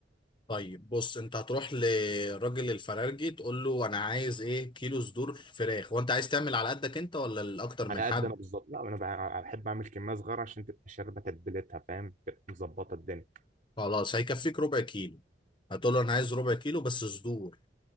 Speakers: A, on the left; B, on the right.
A: طيب بص انت هتروح لراجل الفرارجي تقول له انا عايز ايه كيلو صدور فراخ وانت عايز تعمل على قدك انت ولا لاكتر
B: على
A: من حد
B: قد انا بالظبط لا انا بح- بحب اعمل كميه صغيره عشان تبقى شاربه تتبيلتها فاهم تبقى مظبطه الدنيا
A: خلاص هيكفيك ربع كيلو هتقول له انا عايز ربع كيلو بس صدور